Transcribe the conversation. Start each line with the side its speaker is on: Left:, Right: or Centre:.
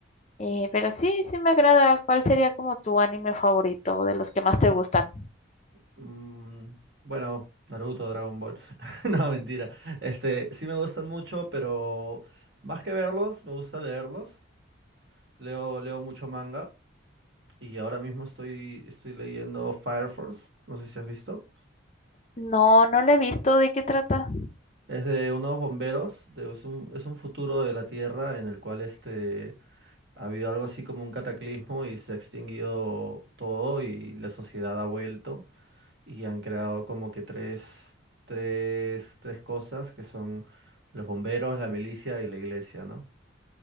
Left: Eh, pero sí, sí me agrada. ¿Cuál sería como tu anime favorito de los que más te gustan?
Right: Mm, bueno, Naruto, Dragon Ball. <laughs> No, mentira. Este, sí me gustan mucho, pero más que verlos, me gusta leerlos. Leo, leo mucho manga y ahora mismo estoy, estoy leyendo Fire Force. No sé si has visto.
Left: No, no la he visto. ¿De qué trata?
Right: Es de unos bomberos, de, es un, es un futuro de la Tierra en el cual este, ha habido algo así como un cataclismo y se ha extinguido todo y la sociedad ha vuelto. y han creado como que tres, tres, tres cosas que son los bomberos, la milicia y la iglesia, ¿no?